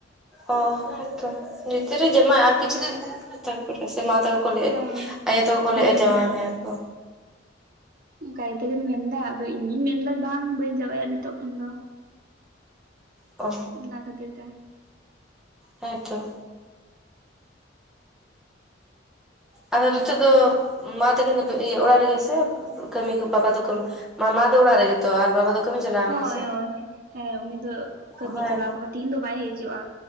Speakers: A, in the centre; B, on the right.
A: ᱚ ᱦᱮᱸᱛᱚ ᱡᱤᱛ ᱨᱮ ᱡᱚᱢᱟᱭ
B: ᱦᱩᱸ
A: ᱟᱨ ᱠᱤᱪᱷᱩ ᱫᱤᱱ ᱛᱟᱦᱮᱸ ᱛᱟᱨᱯᱚᱨ ᱥᱮ ᱢᱟ ᱛᱟᱠᱚ ᱠᱚ ᱞᱟᱹᱭ
B: ᱦᱳᱭ
A: ᱟᱭᱳ ᱛᱟᱠᱚ
B: ᱦᱩᱸ
A: ᱞᱟᱹᱭ ᱮᱫ ᱡᱟᱶᱟᱭ ᱢᱮᱭᱟ ᱠᱚ
B: ᱚᱱᱠᱟ ᱜᱮᱛᱚᱠᱤᱧ ᱢᱮᱱᱫᱟ ᱟᱫᱚ ᱤᱧ ᱜᱤᱧ ᱢᱮᱱᱫᱟ ᱵᱟᱝ ᱵᱟᱹᱧ ᱡᱟᱶᱟᱭᱚᱜᱟ ᱱᱤᱛᱚᱜ ᱠᱷᱚᱱ ᱫᱚ
A: ᱚ
B: ᱚᱱᱟ ᱠᱷᱟᱹᱛᱤᱨ ᱛᱮ
A: ᱦᱮᱸᱛᱚ ᱟᱫᱚ ᱨᱤᱛᱚᱜ ᱫᱚ ᱢᱟ ᱛᱠᱤᱱᱛᱩ ᱤᱭᱟᱹ ᱚᱲᱟᱜ ᱨᱮᱜ ᱥᱮᱮ ᱠᱟᱹᱢᱤ ᱠᱚ ᱵᱟᱵᱟ ᱫᱚ ᱠᱟᱹ ᱢᱟ ᱫᱚ ᱚᱲᱟᱜ ᱨᱮᱜᱮᱮᱛᱚ ᱟᱨ ᱵᱟᱵᱟ ᱫᱚ ᱠᱟᱹᱢᱤ ᱪᱟᱞᱟᱣ
B: ᱦᱳᱭ
A: ᱠᱟᱱᱟ ᱥᱮ
B: ᱦᱳᱭ ᱦᱳᱭ ᱦᱮ ᱩᱱᱤ ᱫᱚ ᱠᱟᱹᱢᱤ
A: ᱦᱳᱭ
B: ᱪᱟᱞᱟᱣ ᱠᱟᱱᱟ ᱛᱤᱦᱤᱧ ᱫᱚ ᱵᱟᱭ ᱦᱤᱡᱩᱜᱼᱟ